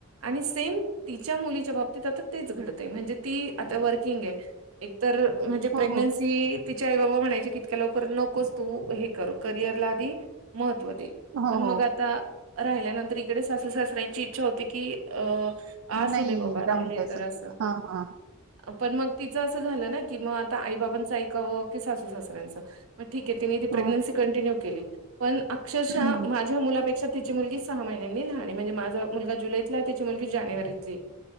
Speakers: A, on the right; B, on the right.
A: आणि सेम तिच्या मुलीच्या बाबतीत आता तेच घडतयं,,, म्हणजे ती आता वर्किंग आहे एक तर म्हणजे
B: हो
A: प्रेग्नन्सी,,
B: हो
A: तिचे आई बाबा म्हणायचे कि इतक्या लव पण नकोच तू हे कर करिअरला आधी महत्त्व दे,
B: हो
A: पण
B: हो
A: मग आता राहिल्यानंतर इकडे सासू सासऱ्यांची इच्छा होती की, अं आसू
B: नाही
A: दे बाबा राहिले
B: राहून त्याच
A: तर असं.
B: हां हां
A: पण मग तिचं असं झालं ना की मग आता आई बाबांचं ऐकावं, की सासू सासऱ्यांचं. मग ठीक आहे तिने ती
B: हो
A: प्रेग्न्सी कंटिन्यू केली पण अक्षरशः
B: हं
A: माझ्या मुलापेक्षा तिची मुलगी सहा महिन्यांनी लहान आहे आणि म्हणजे माझा मुलगा जुलैतला आहे तिची मुलगी जानेवारीतली आहे.